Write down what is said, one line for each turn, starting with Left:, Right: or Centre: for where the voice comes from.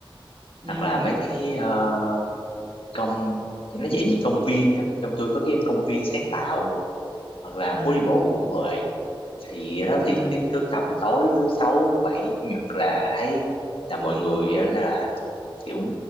Right: Ừm,
Left: hoặc là mấy cái ờ, công nó dạng như công viên á, trong tôi có cái công viên sáng tạo hoặc là
Right: ừm,
Left: phố đi bộ Nguyễn Huệ thì đó
Right: ừm,
Left: thì cứ, cứ tầm tối thứ sáu thứ bảy chủ nhật là thấy là mọi người á, là kiểu